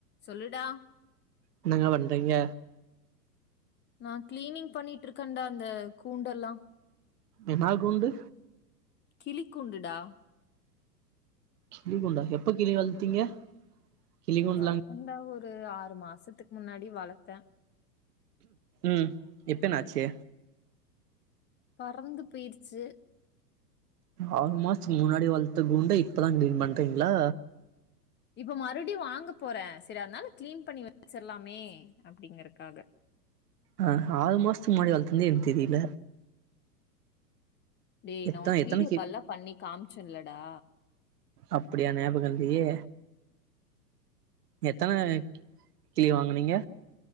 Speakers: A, on the left; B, on the right.
A: சொல்லுடா
B: என்னங்க பண்றீங்க
A: நா க்ளீனிங் பண்ணிட் இருக்கேன்டா அந்த கூண்டெல்லா
B: என்னா கூண்டு
A: கிளி கூண்டுடா
B: கிளி கூண்டா எப்ப கிளி வளத்தீங்க கிளி கூண்டுலாங்
A: வளத்தேண்டா ஒரு ஆறு மாசத்துக் முன்னாடி வளத்தே
B: ம் இப்ப என்ன ஆச்சி
A: பறந்து போய்ரிச்சி
B: ஆறு மாசத்துக்கு முன்னாடி வளத்த கூண்ட இப்பதா க்ளீன் பண்றீங்ளா
A: இப்போ மறுபடி வாங்க போறே சரி அதனால க்ளீன் பண்ணி வச்சிர்லாமே அப்டிங்கற்காக
B: ஆ ஆறு மாசத்துக்கு முன்னாடி வளர்த்துந்தே எனக்கு தெரில
A: டேய்
B: எத்தன
A: நா ஒனக்கு
B: எத்தன
A: வீடியோ கால்லா பண்ணி காமிச்சே இல்லடா
B: அப்டியா நியாபக இல்லியே எத்தன கிளி வாங்குனீங்க